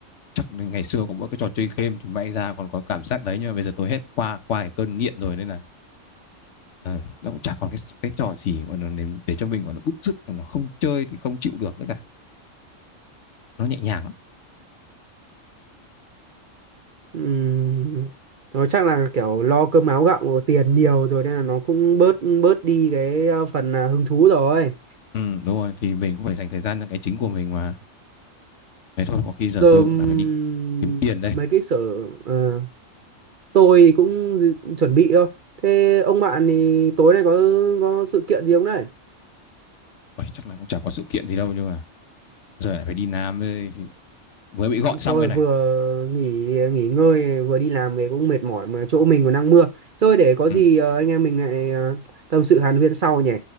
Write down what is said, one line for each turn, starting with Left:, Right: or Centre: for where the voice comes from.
Left: chắc là ngày xưa có mỗi cái trò chơi game thì may ra còn có cảm giác đấy nhưng mà bây giờ tôi hết qua qua cái cơn nghiện rồi nên là ờ, nó cũng chả còn cái cái trò gì gọi là để, để cho mình gọi là bứt rứt mà nó không chơi thì không chịu được nữa cả nó nhẹ nhàng lắm.
Right: Ừm, nó chắc là kiểu lo cơm áo gạo tiền nhiều rồi nên là nó cũng bớt bớt đi cái ờ, phần à, hứng thú rồi
Left: Ừ, đúng rồi thì mình cũng phải dành thời gian cho cái chính của mình mà thế thôi có khi giờ
Right: giờ
Left: tôi
Right: ừm,
Left: cũng đã phải đi kiếm tiền đây
Right: mấy cái sở ờ, Tôi thì cũng dự- chuẩn bị thôi. Thế ông bạn thì tối nay có có sự kiện gì không đấy?
Left: Ôi, chắc là cũng chẳng có sự kiện gì đâu nhưng mà giờ lại phải đi Nam đây thì mới bị gọi xong
Right: Trời
Left: cái này
Right: vừa nghỉ nghỉ ngơi vừa đi làm về cũng mệt mỏi mà chỗ mình còn đang mưa. Thôi để có
Left: ừ,
Right: gì ờ, anh em mình lại ờ, tâm sự hàn huyên sau nhỉ.